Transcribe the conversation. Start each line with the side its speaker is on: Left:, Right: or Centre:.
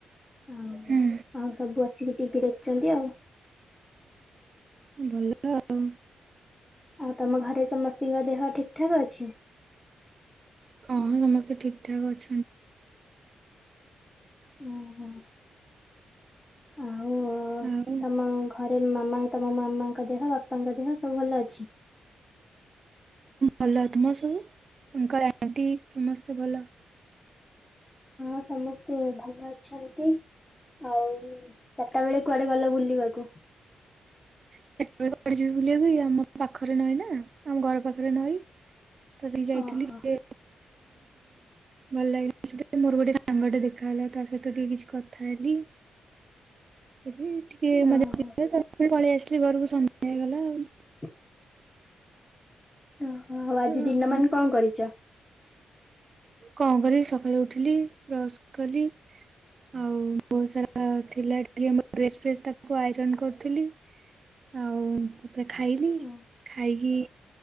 Left: ଆଉ
Right: ହୁଁ
Left: ଆଉ ସବୁ ଆସିକି ଟିଭିି ଦେଖୁଚନ୍ତି ଆଉ।
Right: ଭଲ ଆଉ।
Left: ଆଉ ତମ ଘରେ ସମସ୍ତତିଙ୍କ ଦେହ ଠିକ ଠାକ୍ ଅଛି?
Right: ହଁ ସମସ୍ତେ ଠିକ୍ ଠାକ୍ ଅଛନ୍ତି।
Left: ଓହୋ ଆଉ
Right: ଆଉ
Left: ତମ ଘରେ ମାମା ତମ ମାମାଙ୍କ ଦେହ ବାପାଙ୍କ ଦେହ ସବୁ ଭଲ ଅଛି?
Right: ଭଲ। ତୁମର ସବୁ ଅଙ୍କଲ ଆଣ୍ଟି ସମସ୍ତେ ଭଲ?
Left: ହଁ ସମସ୍ତେ ଭଲ ଅଛନ୍ତି। ଆଉ ଚାରିଟା ବେଳେ କୁଆଡେ ଗଲ ବୁଲିବାକୁ?
Right: <unintelligible> କୁଆଡେ ଯିବି ବୁଲିବାପାଇଁ ଆମ ପାଖରେ ନଇ ନା ଆମ ଘର ପାଖରେ ନଈ। <unintelligible> ଭଲ ଲାଗିଲ
Left: ଓହୋ
Right: ସେ ମୋର ଗୋଟେ ସାଙ୍ଗଟେ ଦେଖାହେଲା ତା ସହିତ ଟିକେ କିଛି କଥା ହେଲି। ସେଠି ଟିକେ
Left: ଓହୋ
Right: ମଜା <unintelligible> ତା ପଳେଇ ଆସିଲି ଘରକୁ ସନ୍ଧ୍ୟା ଗଲା ଆଉ
Left: <inaudible> ଓହୋ ଆଜି
Right: ତ
Left: ଦିନ ମାନ କଅ କରିଚ଼?
Right: କଆଁ କରିବି ସକାଳୁ ଉଠିଲି ବ୍ରସ କଲି ଆଉ ବହୁତ ସାରା ଥିଲା ଟିକେ ମୋ ଡ୍ରେସ୍ ଫ୍ରେସ ତାକୁ ଆଇରନ୍ କରୁଥିଲି। ଆଉ ତାପରେ ଖାଇଲି
Left: ହଁ।
Right: ଖାଇକି